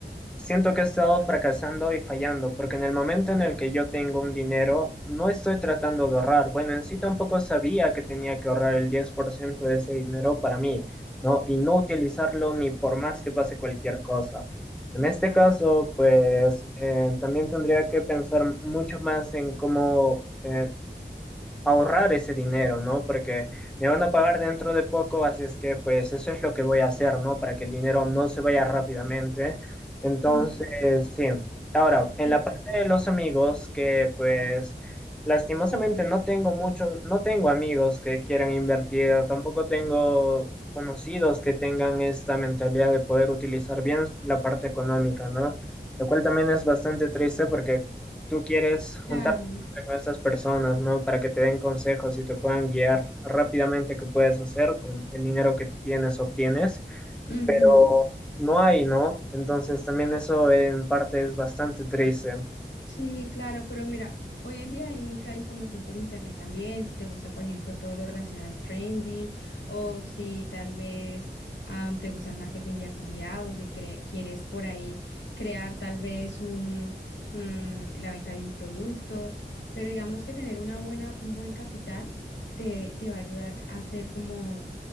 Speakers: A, in the centre; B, on the left (about 85°).
A: Siento que he estado fracasando y fallando, porque en el momento en el que yo tengo un dinero, no estoy tratando de ahorrar. Bueno, en sí tampoco sabía que tenía que ahorrar el 10% de ese dinero para mí, ¿no? Y no utilizarlo ni por más que pase cualquier cosa. En
B: Exacto.
A: este caso, pues eh, también tendría que pensar mucho más en cómo eh, ahorrar ese dinero, ¿no? Porque me van a pagar dentro de poco, así es que pues eso es lo que voy a hacer, ¿no? Para que el dinero no se vaya rápidamente. Entonces,
B: Mm,
A: sí. Ahora, en
B: eh,
A: la parte de los amigos, que pues lastimosamente no tengo muchos, no tengo amigos que quieran invertir, tampoco tengo conocidos que tengan esta mentalidad de poder utilizar bien la parte económica, ¿no? Lo cual también es bastante triste porque tú quieres juntar
B: Claro.
A: con estas personas, ¿no? Para que te den consejos y te puedan guiar rápidamente qué puedes hacer con el dinero que tienes o obtienes,
B: Ujú.
A: pero no hay, ¿no? Entonces también eso en parte es bastante triste.
B: Sí, claro, pero mira, hoy en día hay mucha información por internet también, si te gusta, por ejemplo, todo lo relacionado al trendy o si tal vez am, te gusta el marketing de afiliados y cre- quieres por ahí crear tal vez un, mm, la venta de un producto, pero digamos que tener una buena, un buen capital te, te va a ayudar a hacer como